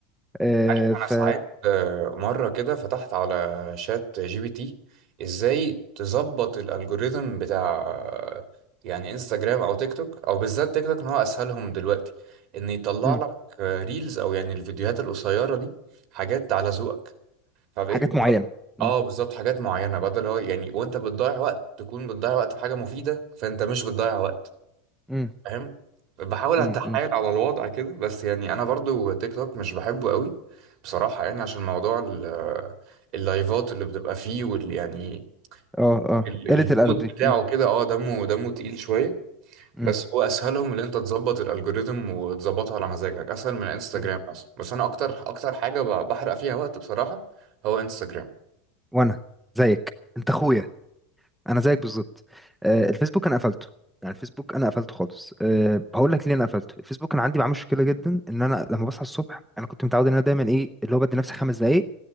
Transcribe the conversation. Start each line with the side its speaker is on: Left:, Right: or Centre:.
Centre: آه
Right: عارف
Centre: ف
Right: انا ساعات آه، مره كده فتحت على شات جي بي تي ازاي تظبط الالجوريثم بتاع آه، يعني انستجرام او تيك توك او بالذات تيك توك ان هو اسهلهم دلوقتي ان يطلع
Centre: مم.
Right: لك آه، ريلز او يعني الفيديوهات القصيره دي حاجات على ذوقك فبقيت
Centre: حاجات
Right: بطلع
Centre: معينه مم.
Right: اه بالظبط حاجات معينه بدل هو يعني وانت بتضيع وقت تكون بتضيع وقت في حاجه مفيده فانت مش بتضيع وقت
Centre: مم.
Right: فاهم بحاول
Centre: مم.
Right: اتحايل
Centre: مم.
Right: على الوضع كده بس يعني انا برضو تيك توك مش بحبه قوي بصراحة يعني عشان موضوع ال- اللايفات اللي بتبقى فيه وال يعني
Centre: اه اه
Right: ال-
Centre: قله
Right: المود
Centre: الادب دي
Right: بتاعه
Centre: مم.
Right: كده اه دمه دمه تقيل شوية
Centre: مم.
Right: بس هو اسهلهم ان انت تظبط الالجوريثم وتظبطه على مزاجك اسهل من انستجرام
Centre: مم.
Right: مثلا بس انا اكتر اكتر حاجة ب- بحرق فيها وقت بصراحة هو انستجرام
Centre: وانا زيك انت اخويا انا زيك بالظبط آه، الفيسبوك انا قفلته يعني الفيسبوك انا قفلته خالص أه هقول لك ليه انا قفلته الفيسبوك انا عندي معاه مشكله جدا ان انا لما بصحى الصبح انا كنت متعود ان انا دايما ايه اللي هو بدي نفسي خمس دقائق